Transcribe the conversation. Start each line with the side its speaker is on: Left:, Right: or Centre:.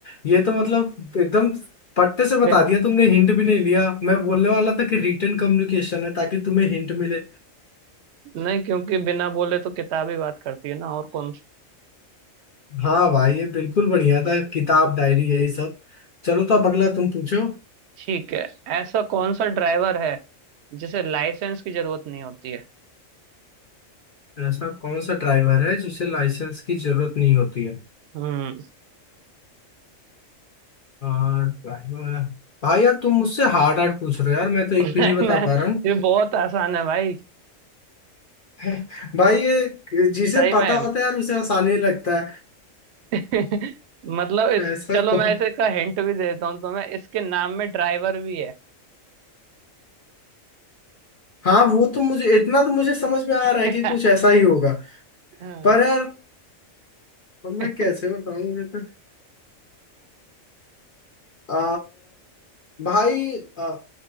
Left: ये तो मतलब एकदम पट्टे से बता
Right: बिन,
Left: दिया तुमने हिंट भी नहीं लिया मैं बोलने वाला था कि रिटन कम्युनिकेशन है ताकि तुम्हें हिंट मिले
Right: नहीं क्योंकि बिना बोले तो किताब ही बात करती है ना और कौन
Left: हाँ भाई ये बिल्कुल बढ़िया था किताब डायरी यही सब चलो तो अब अगला तुम पूछो
Right: ठीक है ऐसा कौन सा ड्राइवर है जिसे लाइसेंस की जरूरत नहीं होती है
Left: ऐसा कौन सा ड्राइवर है जिसे लाइसेंस की जरूरत नहीं होती है
Right: हम्म
Left: हाँ ड्राइवर भाई यार तुम मुझसे हार्ड हार्ड पूछ रहे हो यार मैं तो एक
Right: <laughs> नहीं
Left: भी नहीं बता
Right: मैं
Left: पा रहा हूँ
Right: ये बहुत आसान है भाई
Left: <laughs> भाई ये जिसे
Right: सही
Left: पता
Right: में
Left: होता है यार उसे आसानी लगता
Right: <laughs> मतलब इस
Left: है ऐसा
Right: चलो
Left: कौन
Right: मैं इसे का हिंट भी दे देता हूँ तो मैं इसके नाम में ड्राइवर भी है
Left: हाँ वो तो मुझे इतना तो मुझे समझ में आ रहा है
Right: <laughs>
Left: कि कुछ ऐसा ही होगा
Right: हाँ
Left: पर यार अब
Right: <laughs>
Left: मैं कैसे बताऊं मुझे तो आ, भाई आ,